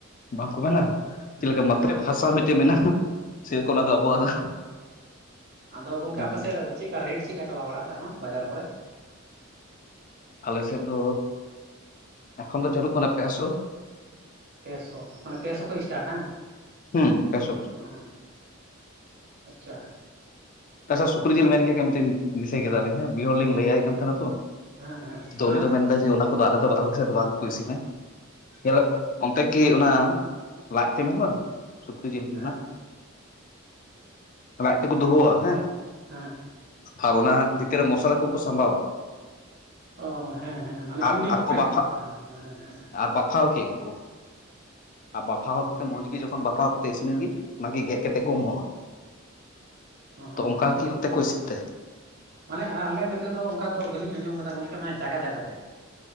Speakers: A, on the left (about 40°); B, on the right (about 50°).
A: ᱵᱟᱝ ᱠᱚ ᱢᱮᱱᱟ᱾ ᱪᱮᱫ
B: ᱦᱮᱸ
A: ᱞᱮᱠᱟ
B: ᱦᱮᱸ
A: ᱢᱟᱛᱛᱨᱤ ᱵᱷᱟᱥᱟ ᱢᱤᱫᱴᱮᱡ ᱢᱮᱱᱟᱜ-ᱟ, ᱥᱮᱨᱚᱠᱚᱢ ᱚᱱᱟ ᱫᱚ ᱟᱵᱚᱣᱟᱜ ᱫᱚ
B: ᱦᱟᱸ ᱟᱫᱚ ᱜᱚᱝᱠᱮ
A: ᱦᱩᱸ
B: ᱟᱯᱮ ᱥᱮᱫ ᱪᱤᱫᱠᱟ ᱨᱮᱴ ᱪᱤᱜᱠᱟ ᱪᱟᱞᱟᱣ ᱵᱟᱲᱟᱜ-ᱟ ᱛᱟᱨᱮᱦᱚᱸ ᱵᱟᱡᱟᱨ ᱠᱚᱨᱮ?
A: ᱟᱞᱮ ᱥᱮᱫ ᱫᱚ ᱮᱠᱷᱚᱱ ᱫᱚ ᱪᱟᱹᱞᱩᱜ ᱠᱟᱱᱟ ᱯᱮ ᱥᱚ᱾
B: ᱯᱮ ᱥᱚ ᱢᱟᱱᱮ ᱯᱮ ᱥᱚ ᱠᱷᱚᱡ ᱤᱥᱴᱟᱨᱴ ᱦᱟᱝ
A: ᱦᱩᱸ ᱯᱮᱥᱚ
B: ᱟᱸ ᱟᱪᱪᱷᱟ,
A: ᱟᱪᱪᱷᱟ ᱥᱩᱠᱨᱤ ᱡᱤᱞ ᱢᱮᱱ ᱠᱮᱜ ᱠᱷᱟᱡ ᱢᱤᱫᱴᱤᱱ ᱫᱤᱥᱟᱹᱭ ᱠᱮᱫᱟᱞᱤᱧ ᱦᱮᱸ ᱵᱤ ᱦᱚᱲᱞᱤᱧ ᱞᱟᱹᱭᱟᱭ ᱠᱟᱱ ᱛᱟᱦᱮᱱᱟ ᱛᱚ
B: ᱦᱮᱸ ᱦᱮᱸ
A: ᱛᱚ ᱩᱱᱤ ᱫᱚ ᱢᱮᱱᱫᱟ ᱡᱮ ᱚᱱᱟ ᱠᱚᱫᱚ ᱟᱞᱮ ᱫᱚ ᱟᱞᱮ ᱥᱮᱜ ᱫᱚ ᱵᱟᱝ ᱠᱚ ᱤᱥᱤᱱᱟ᱾ <unintelligible>
B: ᱚ
A: ᱚᱱᱛᱮ ᱠᱤ ᱚᱱᱟ ᱞᱟᱡᱛᱮ <unintelligible> ᱦᱚᱸ ᱥᱩᱠᱨᱤ ᱡᱤᱞ ᱨᱤᱱᱟᱜ᱾
B: ᱦᱮᱸ
A: ᱞᱟᱡ ᱛᱮᱫ ᱠᱚ ᱫᱩᱦᱟᱹᱣᱟ ᱦᱮᱸ
B: ᱦᱮᱸ
A: ᱟᱨ ᱚᱱᱟ ᱵᱷᱤᱛᱤᱨ ᱨᱮ ᱢᱚᱥᱞᱟ ᱠᱚᱠᱚ ᱥᱟᱢᱵᱟᱣᱟ᱾
B: ᱚᱸ ᱦᱮᱸ ᱦᱮᱸ ᱢᱟᱱᱮ
A: ᱟᱨ
B: ᱤᱭᱩᱱᱤᱠ
A: ᱟᱨᱠᱚ
B: ᱟᱭᱴᱮᱢ
A: ᱵᱟᱯᱷᱟᱜ
B: ᱞᱮᱠᱟ ᱦᱮᱸ ᱦᱮᱸ ᱦᱮᱸ᱾
A: ᱵᱟᱯᱷᱟᱣ ᱠᱮᱜ ᱜᱮᱠᱚ ᱟᱨ ᱵᱟᱯᱷᱟᱣ ᱠᱟᱛᱮᱜ ᱢᱚᱸᱡᱽ ᱜᱮ ᱡᱚᱠᱷᱚᱱ ᱵᱟᱛᱷᱟᱣ ᱠᱟᱛᱮ ᱤᱥᱤᱱ ᱮᱱ ᱜᱤ ᱚᱱᱟ ᱜᱤ ᱜᱮᱜ ᱠᱟᱛᱮᱫ ᱠᱚ ᱮᱢᱚᱜ-ᱟ᱾
B: ᱦᱮᱸ
A: ᱛᱚ ᱚᱝᱠᱟ ᱠᱤ ᱚᱱᱛᱮ ᱠᱚ ᱤᱥᱤᱱ ᱛᱮ?
B: ᱢᱟᱱᱮ ᱟᱸ ᱟᱞᱮ ᱱᱮᱛᱮ ᱫᱚ ᱚᱝᱠᱟ ᱫᱚ ᱵᱟᱹᱞᱤᱧ ᱟᱸᱡᱚᱢ ᱠᱟᱫᱟ ᱜᱚᱝᱠᱮ ᱢᱟᱭ ᱡᱟᱭᱜᱟ ᱡᱟᱭᱜᱟ ᱛᱮ᱾